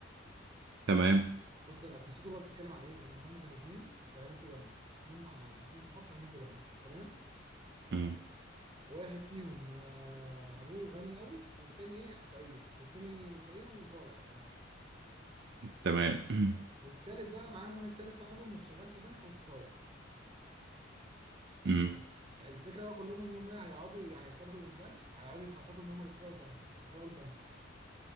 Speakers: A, on the right (about 55°); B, on the right (about 25°).
A: تمام
B: بص انا قصته بقى بتتكلم عن ايه ان هم كانوا اتنين شغالين في بنك اتنين مع اتنين صحاب شغالين في بنك تمام
A: امم
B: واحد فيهم آه، ابوه غني قوي والتاني ايه فقير والتاني فقير وصايع كمان
A: تمام <clears throat>
B: والتالت بقى معاهم واحد تالت صاحبهم مش شغال في بنك بس صايع
A: امم
B: تمام الفكره بقى كلهم ان هم إيه، هيقعدوا هيطردوا من البنك هيقعدوا يخططوا ان هم يسرقوا البنك يسرقوا البنك